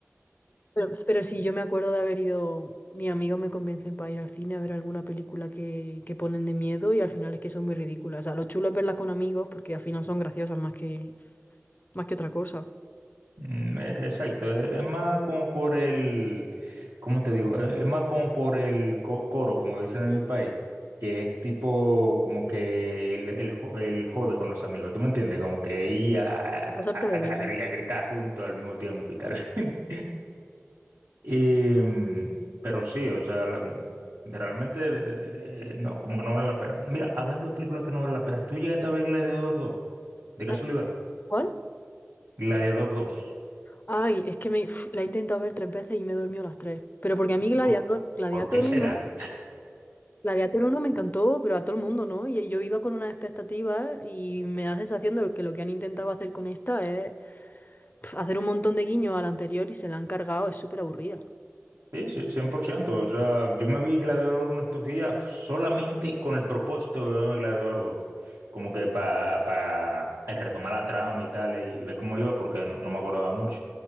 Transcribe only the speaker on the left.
Pero, pero sí, yo me acuerdo de haber ido, mis amigos me convencen para ir al cine a ver alguna película que, que ponen de miedo y al final es que son muy ridículas. O sea, lo chulo es verlas con amigos porque al final son graciosas más que, más que otra cosa.
Por Pasártelo
bien.
Ah, ¿Cuál?
Ay, es que me, uf, la he intentado ver tres veces y me he dormido las tres. Pero porque a mí Gladiator,
Gladiator
uno Gladiator uno me encantó, pero a todo el mundo, ¿no? Y yo iba con unas expectativas y me da la sensación de que lo que han intentado hacer con esta es pf, hacer un montón de guiños a la anterior y se la han cargado es súper aburrida.